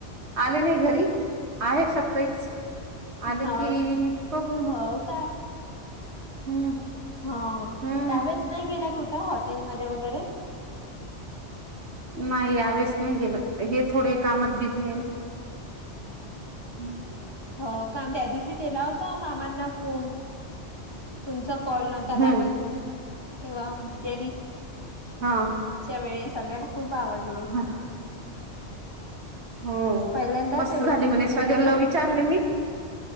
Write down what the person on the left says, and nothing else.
हो
हो का
ह
त्यावेेळेस नाही गेला कुठं, हॉटेलमध्ये वगैरे?
हो, काम त्या दिवशी केला होता मामांना फोन. तुमचा कॉल नव्हता
लागत, तेव्हा बिर्याणी
च्या वेळी सगळ्यांना खूप आवडली.
पहिल्यांदाच
एवढी
मोठी
केली
ना